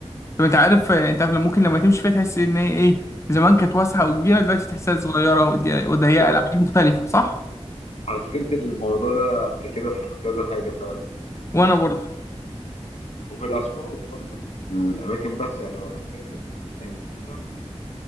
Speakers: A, on the left; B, on the left.
A: طب انت عارف انت عارف لما ممكن لما تمشي فيها تحس ان هي ايه زمان كانت واسعه وكبيره دلوقتي تحسها صغيره ودي- وضيقه
B: لو
A: العاب مختلفه صح
B: حسيت الموضوع ده قبل كده في كذا حاجه فعلا
A: وانا برضه
B: وفي الاسفلت برضه مش في الاماكن بس يعني هو انا فاكر ان في شخص